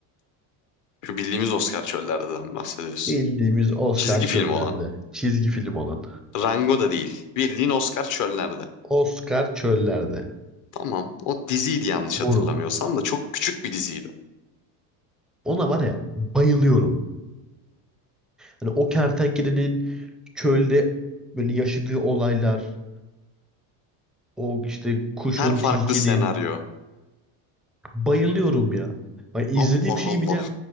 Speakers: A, on the left (about 40°); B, in the centre.
A: Şu bildiğimiz Oscar çöllerden bahsediyorsun.
B: Bildiğimiz Oscar
A: Çizgi
B: çöllerde.
A: film olan.
B: Çizgi film olan.
A: Rango da değil. Bildiğin Oscar çöllerde.
B: Oscar çöllerde.
A: Tamam. O diziydi yanlış
B: Moruk.
A: hatırlamıyorsam da çok küçük bir diziydi.
B: Ona var ya bayılıyorum. Hani o kertenkelenin çölde böyle yaşadığı olaylar. O işte kuşun,
A: Her farklı
B: tilkinin.
A: senaryo.
B: Bayılıyorum ya. Ay, izlediğim
A: Allah
B: şeyi
A: Allah.
B: bile